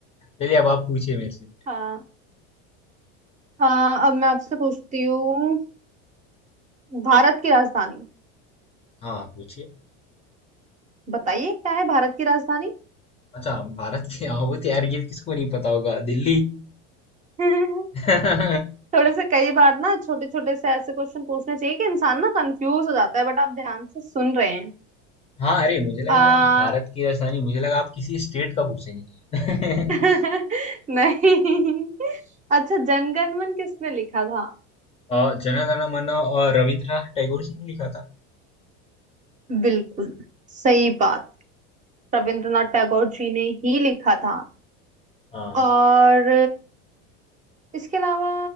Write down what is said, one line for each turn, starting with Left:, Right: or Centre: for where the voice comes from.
Left: चलिए अब आप पूछिए मेरे से
Right: <laughs> हाँ हाँ अब मैं आपसे पूछती हूँ भारत की राजधानी
Left: हाँ आप पूछिए
Right: बताइए क्या है भारत की राजधानी
Left: अच्छा भारत की आहूत यार ये किसको नहीं पता होगा दिल्ली
Right: <laughs>
Left: <laughs>
Right: थोड़े से कई बार ना छोटे छोटे से ऐसे क्वेश्चन पूछने चाहिए कि इंसान ना कंफ्यूज हो जाता है बट आप ध्यान से सुन रहे हैं
Left: हाँ अरे मुझे
Right: आ...
Left: लगा यार भारत की राजधानी मुझे लगा आप किसी स्टेट का पूछेंगे
Right: <laughs>
Left: <laughs>
Right: नहीं अच्छा जनगणमन किसने लिखा था
Left: और जन गण मन और रविंद्रनाथ टैगोर जी ने लिखा था
Right: बिल्कुल सही बात रविंद्रनाथ टैगोर जी ने ही लिखा था
Left: हाँ
Right: और इसके अलावा